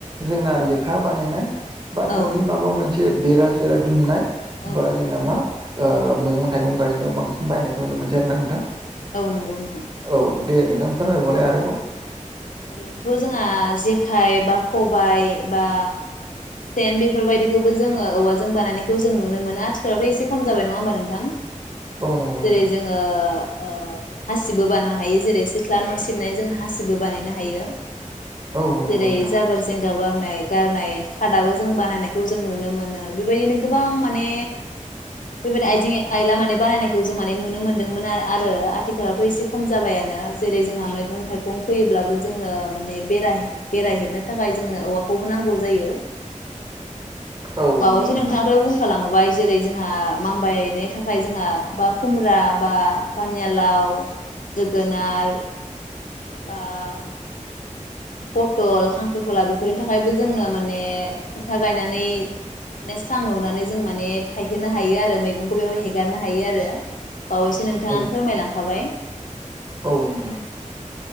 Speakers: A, on the right; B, on the left.
A: जोंना लेखा बानायनाय बा न'नि
B: औ
A: माबा मोनसे बेरा सेरा दुमनाय
B: औ
A: बा
B: औ
A: जोंना मा ओ मैंगं-थाइगं गायनायाव बांसिन बायनायखौ नुनो मोनसै आरो ना नोंथां?
B: औ नंगौ नोंथां।
A: औ दे नोंथां फोरमायबावलाय आरोबाव।
B: ओरैनोथ' जोंहा जेखाइ बा खबाय बा सेन बेफोरबायदिखौबो जोङो औवाजों बानायनायखौ जों नुनो मोनो आथिखालावथ' एसे खम जाबाय नङा होमबा नोंथां?
A: औ नंगौ
B: जेरै
A: नोंथां
B: जों ओ-ओ हासिबबो बानायनो हायो जेरै सिथ्ला न' सिबनाय जों हासिबो बानाय नो हायो
A: औ नंगौ
B: जेरै
A: नोंथां
B: जाबोर जेंगाब गाबनाय गारनाय खादाबो जों बानायनायखौ जों नुनो मोनो बेबायदिनो गोबां माने बेबायदि आइजें आइला माने बानायनायखौ जों माने नुनो मोनदोंमोन आरो आथिखालावथ' एसे खम जाबायानो जेरै जोंहा मैगं थाइगं फैयोब्ला जोंनो माने बेरा बेराहेबनो थाखाय जोंनो औवाखौबो नांगौ जायो।
A: औ
B: बावैसो
A: नंगौ नोंथां
B: नोंथांआथ' बुं थोलांबाय जेरै जोंहा मामबायनाय थाखाय जोंहा बा खुमब्रा बा पानियालाव जोगोनार बा पथल खांख्रिखला बेफोरनि थाखायबो जोंनो माने खुन्था गायनानै माने सां लुनानै जों माने थायहोनो हायो आरो मैगंखौ बेयावाय हेगारनो हायो आरो। बावैसो नोंथाङानो
A: औ
B: फोरमायलांखाबाय।
A: औ नोंथां।